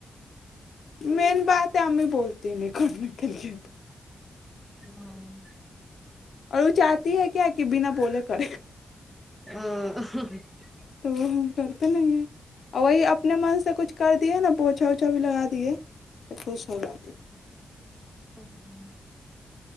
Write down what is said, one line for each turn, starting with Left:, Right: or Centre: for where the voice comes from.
Left: مین بات تو آ بھی بولتی نہیں کر تھینک یو
Centre: ہاں <unintelligible>
Left: اور وہ چاہتی ہے کیا کہ بنا بولے کرے
Centre: <inaudible>
Left: تو وہ ہم کرتے نہیں ہیں اور وہی اپنے من سے کچھ کر دیا نا پوچھا چ بھی لگا دیے تو خوش ہو جاتی ہے
Centre: اس۔۔